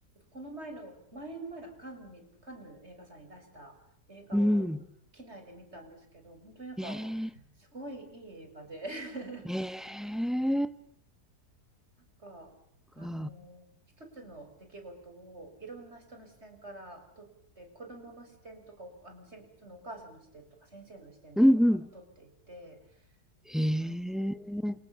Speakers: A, on the right; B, in the centre.
A: この前の、前の前がカンヌに、カンヌ映画祭に出した映画を機内で見たんですけど、
B: うん。
A: 本当になんか
B: ええ、
A: すごいいい映画で <laughs>
B: ええ、
A: か、あの一つの出来事をいろんな人の視線から撮って子どもの視点とかおあのしそのお母さんの視点とか先生の視点とかから撮っていて、
B: か。うん、うん。え
A: あのー
B: え、